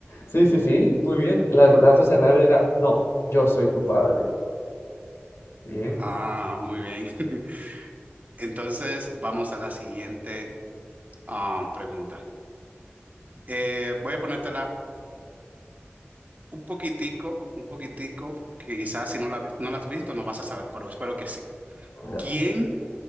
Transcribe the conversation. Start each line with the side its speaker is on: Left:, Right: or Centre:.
Left: Sí, sí, sí, muy bien. La, la frase real era, no, yo soy tu padre. Bien.
Right: Ah, muy bien. <laughs> Entonces, vamos a la siguiente ah, pregunta. Eh, voy a ponértela un poquitico, un poquitico, que quizás si no la, vi- no la has visto no vas a saber, pero espero que sí.
Left: Ya.
Right: ¿Quién